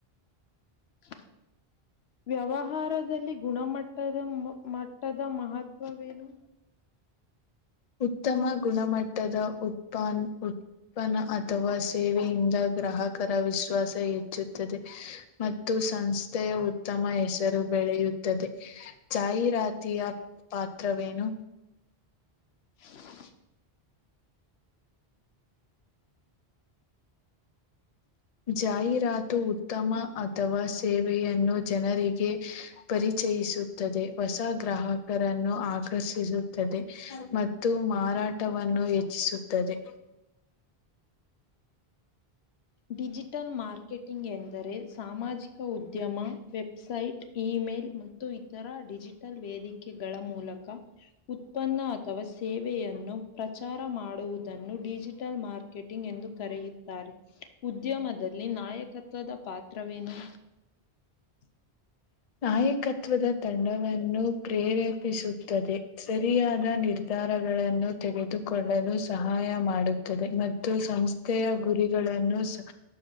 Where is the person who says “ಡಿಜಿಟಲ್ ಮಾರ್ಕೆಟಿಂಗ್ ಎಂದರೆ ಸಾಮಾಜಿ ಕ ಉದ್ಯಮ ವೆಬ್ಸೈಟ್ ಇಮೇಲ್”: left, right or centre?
Left